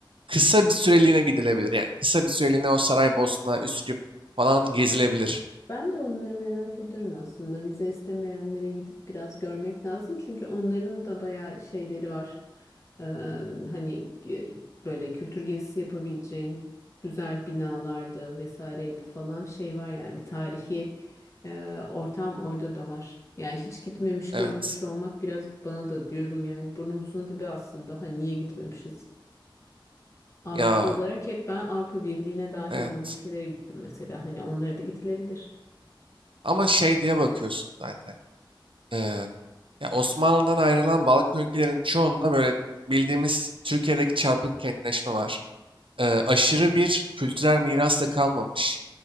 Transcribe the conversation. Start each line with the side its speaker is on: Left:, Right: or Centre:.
Right: kısa bir süreliğine gidilebilir. Yani kısa bir süreliğine o Saraybosna, Üsküp falan gezilebilir.
Left: Ben de onları merak ediyorum aslında. Vize istemeyenlere gidip biraz görmek lazım. Çünkü onların da bayağı şeyleri var. Ee, hani e, böyle kültür gezisi yapabileceğin güzel binalardı vesaireydi falan şey var yani bir tarihi e, ortam orada da var. Yani hiç gitmemiş
Right: Evet.
Left: görmemiş olmak biraz bana da diyorum yani burnumuzun dibi aslında. Hani niye gitmemişiz? Avrupa
Right: Ya
Left: olarak hep ben Avrupa Birliği'ne dahil
Right: evet.
Left: olan ülkelere gittim mesela. Hani onlara da gidilebilir.
Right: Ama şey diye bakıyorsun zaten. Ee, ya Osmanlı'dan ayrılan Balkan ülkelerinin çoğunda böyle bildiğimiz Türkiye'deki çarpık kentleşme var. Ee, aşırı bir kültürel miras da kalmamış.